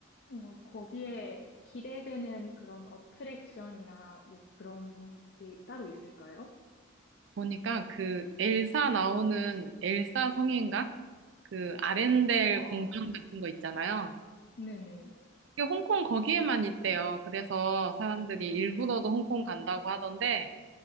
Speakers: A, on the left; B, on the right.
A: 어, 거기에 기대되는 그런 어트랙션이나 뭐 그런 게 따로 있을까요?
B: 보니까 그 엘사 나오는 엘사 성인가? 그 아렌델
A: 우와.
B: 공방 같은 거 있잖아요.
A: 네네.
B: 이게 홍콩 거기에만 있대요. 그래서 사람들이 일부러도 홍콩 간다고 하던데